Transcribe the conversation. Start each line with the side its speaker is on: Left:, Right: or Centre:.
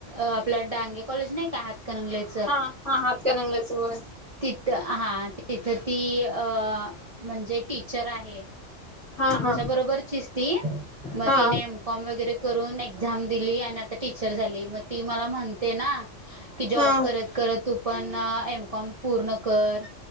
Right: आपलं डांगे कॉलेज नाही का हातकरणंगलेत
Left: हा हा हातकरंगलेत होय.
Right: तिथ हा तिथ ती अ म्हणजे टीचर आहे.
Left: हा
Right: आमच्या
Left: हा
Right: बरोबरीचीच ती मग
Left: हा
Right: तीने एम कॉम वगैरे करून एक्झाम दिली आणि आता टीचर झाली मग ती मला म्हणते ना की जॉब
Left: हा
Right: करत करत तू पण एमकॉम पूर्ण कर.